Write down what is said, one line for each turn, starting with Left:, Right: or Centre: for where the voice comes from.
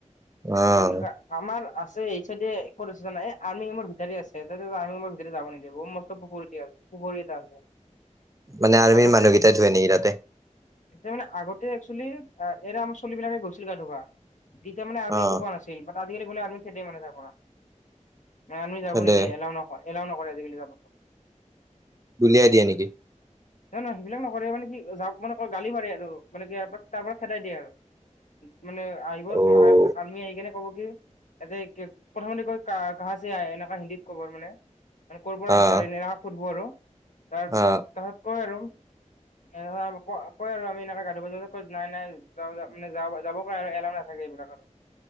Right: অ'
Left: কি বুলি ক আমাৰ ছে এইচাইডে কত আছে জানা আৰ্মিম ভিতৰে আছে আৰ্মমৰ ভিতৰে যাব নিদে বহু সম- <unintelligible> কোৱাৰি এটা আগতে
Right: মানে আৰ্মিৰ মানুহকেইটাই ধুৱে নেকি তাতে
Left: আ মানে আগতে একচেলি অ এতিয়া আমাৰ ছোৱালী বিলাকে গৈছিল গা ধোবা তেতিয়া মানে আমি
Right: অ'
Left: একো কোৱা নাছিল- আজিকালি গ'লে আমিৰ্ম খেদে মানে যাব পৰা মানে আমি যাব
Right: তেন্তে
Left: নিদিয়ে এলাও নকয়- এলাও নকৰে আজিকালি যাব
Right: ণ্ডলীযা দিয়া নেকি?
Left: নহয় নহয় সেইবিলাকৰে মানে কি যাক মানে গালি পাৰাৰে আৰু মানে কি ই তাৰ পৰা খেদাই দিয়ে আৰু মানে আহিব আৰ্মি
Right: অ'
Left: আহি কেনে- কব কি ততে প্ৰথমতে কয় ক কাহছে আই হিন্দীত কবৰ মানে- মানে কৈ পৰা আহিচা
Right: অ'
Left: এনে সোধব আৰু তাৰপিছত
Right: অ'
Left: তাৰপিছত কয় আৰু- এ ক কয় আৰু আমি এনেকে গাাধু বাজা ক নাই নাই য মানে যাব পাৰে আৰু এলাও নাথাকে <unintelligible> এইবিলাক